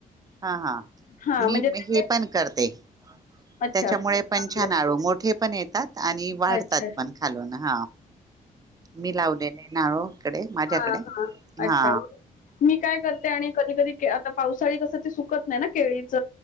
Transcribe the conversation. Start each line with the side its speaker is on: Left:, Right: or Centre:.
Right: हा, हा
Left: हा
Right: मी
Left: म्हणजे ते
Right: हे पण करते.
Left: अच्छा
Right: त्याच्यामुळे
Left: चांगलंय
Right: पण छान‌ आळू, मोठे पण येतात आणि वाढतात
Left: अच्छा
Right: पण खालून हा. मी लावलेले ना आळो, इकडे माझ्याकडे
Left: हां हां अच्छा
Right: हा.
Left: मी काय करते आणि कधी -कधी आता पावसाळी कसं ते सुकत नाही ना केळीच